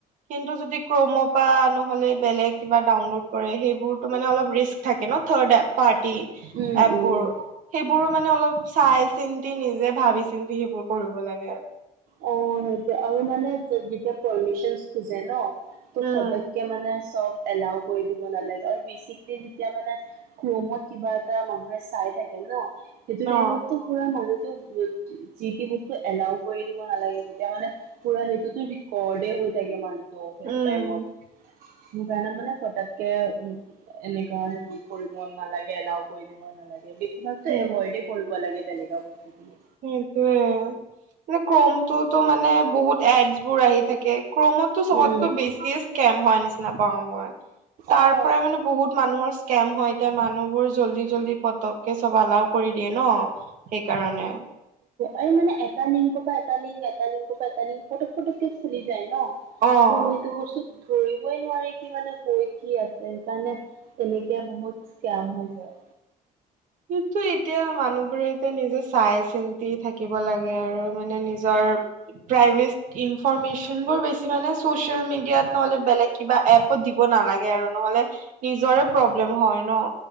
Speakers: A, on the right; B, on the right.
A: কিন্তু যদি ক্ৰ'ম' পৰা নহ'লে বেলেগ কিবা ডাউনলোড কৰে, সেইবোৰতো মানে অলপ ৰিস্ক থাকে ন' third app. Party
B: um,
A: এপবোৰ।
B: um, উম।
A: সেইবোৰো মানে অলপ চাই চিন্তি, নিজে ভাবি চিন্তি সেইবোৰ কৰিব লাগে আৰু।
B: অ', সেইটো আৰু মানে যেতিয়া পাৰ্মিচনচ খুজে ন ত'
A: উম
B: ফটকে মানে চব এলাও কৰি দিব নালাগে আৰু বেছিকে যেতিয়া মানে ক্ৰমত কিবা এটা মানুহে চাই থাকে ন! সেইটো টাইমতটো
A: অ
B: <unintelligible> যি বস্তু এলাও কৰি দিব নালাগে, তেতিয়া মানে পুৰা সেইটোতো ৰিকৰ্ডে হৈ থাকে মানুহটো সেইটো
A: উম
B: টাইমত। সেইকাৰণে মানে ফটকে উম, এনেকুৱা হেৰি কৰিব নালাগে এলাও কৰি দিব নালাগে, বেছিভাগ
A: উম
B: এভইডে কৰিব লাগে তেনেকুৱা বস্তুখিনি।
A: সেইটোয়ে মানে ক্ৰমতটোতো মানে বহুত এডছ বোৰ আহি থাকে ক্ৰমত টো চবতকৈ
B: উম
A: বেছিয়ে স্কেম হোৱাৰ নিচিনা পাওঁ মই। তাৰ
B: অ
A: পৰা মানে বহুত মানুহৰ স্কেম হয়, এতিয়া মানুহবোৰ জল্দি জল্দি পতককে চব আলাও কৰি দিয়ে ন' সেইকাৰণে।
B: এই মানে এটা লিংকৰ পৰা এটা লিংক, এটা লিংকৰ পৰা এটা লিংক, পটক পটকে খুলি যায় ন'
A: অ
B: ত' সেইটো বস্তুত ধৰিবই নোৱাৰি কি মানে হৈ কি আছে সেইকাৰণে তেনেকে বহুত স্কেম হৈ যায়।
A: সিটো এতিয়া মানুহ বোৰে এতিয়া নিজে চাই চিন্তি থাকিব লাগে আৰু মানে নিজে নিজৰ প্ৰাইভেট ইনফৰ্মেচনবোৰ বেছি মানে চচিয়েল মিডিয়াত নহলে বেলেগ কিবা এপত দিব নালাগে আৰু নহলে নিজৰে প্ৰব্লেম হয় ন'